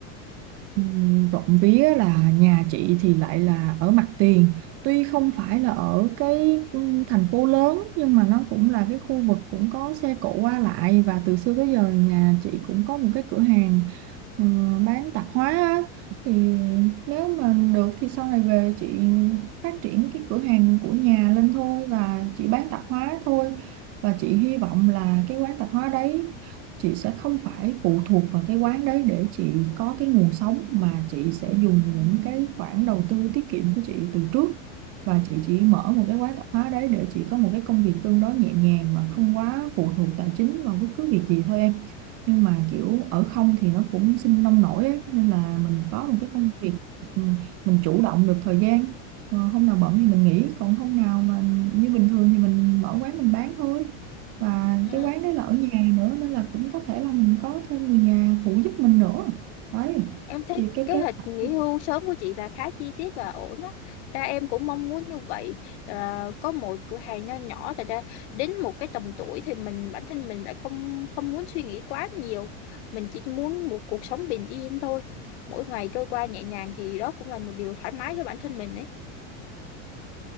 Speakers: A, on the right; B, on the left.
A: Ừm, Trộm vía là nhà chị thì lại là ở mặt tiền tuy không phải là ở cái ừm, thành phố lớn nhưng mà nó cũng là cái khu vực cũng có xe cộ qua lại và từ xưa tới giờ nhà chị cũng có một cái cửa hàng ờ, bán tạp hóa á, thì nếu mà được thì sau này về chị phát triển cái cửa hàng của nhà lên thôi và chị bán tạp hóa thôi và chị hy vọng là cái quán tạp hóa đấy chị sẽ không phải phụ thuộc vào cái quán đấy để chị có cái nguồn sống mà chị sẽ dùng những cái khoản đầu tư tiết kiệm của chị từ trước và chị chỉ mở một cái quán tạp hóa đấy để chị có một cái công việc tương đối nhẹ nhàng và không quá phụ thuộc tài chính vào bất cứ việc gì thôi em nhưng mà kiểu ở không thì nó cũng sinh nông nổi ấy. nên là mình có một cái công việc ừ, mình chủ động được thời gian Ờ, hôm nào bận thì mình nghỉ còn hôm nào mà như bình thường thì mình mở quán mình bán thôi và
B: ừ.
A: cái quán đấy là ở nhà nữa nên là cũng có thể là mình có thêm người nhà phụ giúp mình nữa đấy
B: em thấy
A: thì cái
B: kế
A: kế
B: hoạch
A: hoạch
B: nghỉ hưu sớm của chị là khá chi tiết và ổn á ra em cũng mong muốn như vậy à, có một cửa hàng nho nhỏ tại ra đến một cái tầm tuổi thì mình bản thân mình lại không không muốn suy nghĩ quá nhiều mình chỉ muốn một cuộc sống bình yên thôi mỗi ngày trôi qua nhẹ nhàng thì đó cũng là một điều thoải mái cho bản thân mình ấy